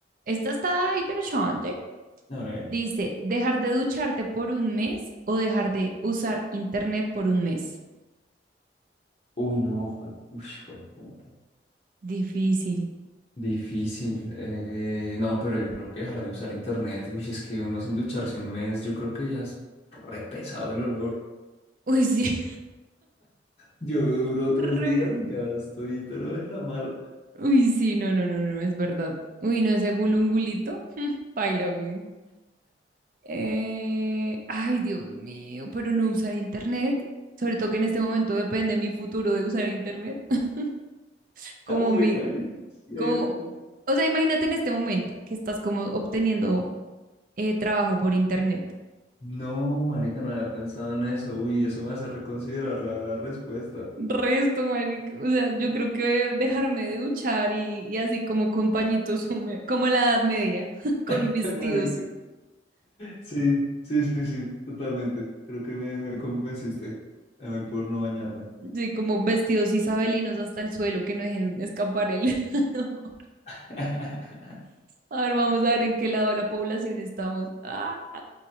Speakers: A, on the right; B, on the left.
A: esta está interesante.
B: A ver.
A: Dice, dejar de ducharte por un mes o dejar de usar internet por un mes.
B: Uy, no, jue, uy, jueputa.
A: Difícil.
B: Difícil. eh, no, pero yo creo que dejar de usar internet, uy, es que uno sin ducharse un mes, yo creo que ya es re pesado el olor.
A: Uy, sí.
B: Yo duro
A: <laughs>
B: tres
A: re-
B: días y ya estoy, pero en la mala.
A: Uy, sí, no, no, no, no, es verdad. Uy, no, ese gulungulito. <laughs> Paila, güey. Eh, ay, Dios mío, pero no usar internet. Sobre todo que en este momento depende mi futuro de usar internet. <laughs> Como
B: <laughs> Uy,
A: mi,
B: marica, es cierto.
A: como, o sea, imagínate en este momento que estás como obteniendo eh, trabajo por internet.
B: No, marica, no había pensado en eso. Uy, eso me hace reconsiderar la respuesta.
A: Resto, marica. O sea, yo creo que dejarme de duchar y, y así como con pañitos húmedos, como a la Edad Media, <laughs> con
B: <laughs>
A: vestidos,
B: Marica. Sí, sí, sí, sí, totalmente. Creo que me, me convenciste. Me voy por no bañarme.
A: sí, como vestidos isabelinos hasta el suelo, que no dejen escapar el... <laughs>
B: <laughs>
A: A ver, vamos a ver en qué lado de la población estamos. Ah,